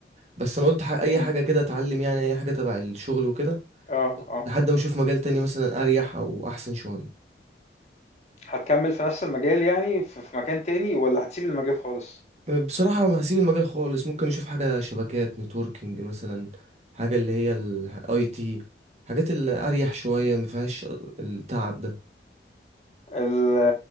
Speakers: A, on the right; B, on the left.
A: بس انا قلت ح... اي
B: مم.
A: حاجه كده اتعلم يعني اي حاجه تبع الشغل وكده
B: اه اه
A: لحد ما اشوف مجال تاني مثلا اريح او احسن شويه
B: هتكمل في نفس المجال يعني في في مكان تاني ولا هتسيب المجال خالص
A: بصراحه ما هسيب المجال خالص ممكن اشوف حاجه شبكات نتوركينج مثلا حاجه اللي هي الاي تي حاجات اللي اريح شويه ما فيهاش التعب ده
B: ال-